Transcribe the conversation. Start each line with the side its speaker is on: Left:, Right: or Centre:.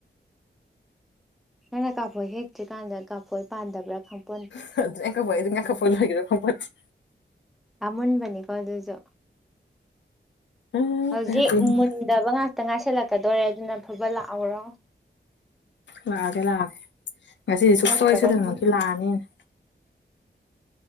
Centre: ꯅꯪꯅ ꯀꯥꯐꯣꯏ ꯍꯦꯛꯇ꯭ꯔꯤꯀꯥꯟꯗ ꯀꯥꯐꯣꯏ ꯄꯥꯟꯗꯕ꯭ꯔꯥ ꯈꯪꯄꯣꯟꯇꯦ
Left: <unintelligible> ꯀꯐꯣꯏ ꯂꯣꯏꯒꯤꯕ꯭ꯔ ꯈꯪꯄꯣꯟꯇꯦ
Centre: ꯑꯥꯃꯨꯟꯕꯅꯤꯀꯣ ꯑꯗꯨꯖꯨ
Left: ꯎꯝ
Centre: ꯍꯧꯖꯤꯛꯗꯤ
Left: ꯐꯔꯦ ꯐꯔꯦ
Centre: ꯃꯨꯟꯗꯕ ꯉꯥꯛꯇ ꯉꯥꯏꯁꯤꯜꯂꯛꯀꯗꯧꯔꯦ ꯑꯗꯨꯅ ꯐꯕꯠ ꯂꯥꯛꯍꯧꯔꯣ
Left: ꯂꯥꯛꯑꯒꯦ ꯂꯥꯛꯑꯒꯦ ꯉꯁꯤꯗꯤ ꯁꯨꯛꯁꯣꯏ
Centre: ꯅꯠꯇ꯭ꯔꯒꯗꯤ
Left: ꯁꯣꯏꯗꯅꯃꯛꯀꯤ ꯂꯥꯛꯑꯅꯤ ꯑꯩꯅ